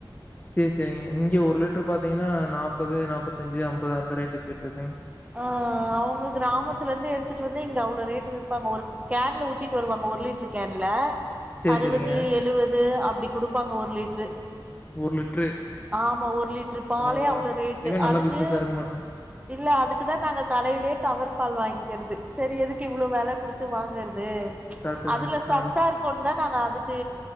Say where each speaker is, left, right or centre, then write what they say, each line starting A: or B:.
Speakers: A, on the left; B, on the right.
A: சேர் செரிங்க இங்க ஒரு லிட்ரு பாத்தீங்கன்னா நாப் முப்பது நாப்பத் அஞ்சு ஐம்பது அந்த ரேஞ்ச் போயிட்டு இருக்கே
B: அ அவ்ங்க கிராமத்துலருந்து எடுத்துகிட்டு வந்து இங்க அவ்ளோ ரேட்டு விப்பாங்க ஒரு கேன்ல ஊத்திட்டு வருவாங்க ஒரு லிட்ரு கேன்ல
A: சரி,
B: அறுபது
A: சரிங்க.
B: எழுபது அப்டி குடுப்பாங்க ஒரு லிட்ரு
A: ஒரு லிட்ரு
B: ஆமா ஒரு லிட்ரு பாலே
A: பரவால்ல
B: அவ்ளோ ரேட்டு
A: இதுவே நல்ல
B: அதுக்கு
A: பிசினஸா இருக்க மாட்றாங்க
B: இல்ல அதுக்கு தா நாங்க கடைலே கவர் பால் வாங்கிக்கற்து சரி எதுக்கு இவ்ளோ வெல குடுத்து வாங்கற் து
A: கரெக்ட்டு
B: அதுல
A: தாங்க
B: சத்தா
A: ஆ
B: இருக்குன் தா பாங்க அதுக்கு